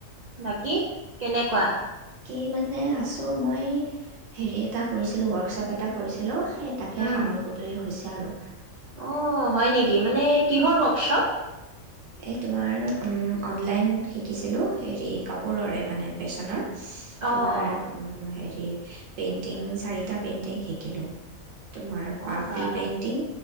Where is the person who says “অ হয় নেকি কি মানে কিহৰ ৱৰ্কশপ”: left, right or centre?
Right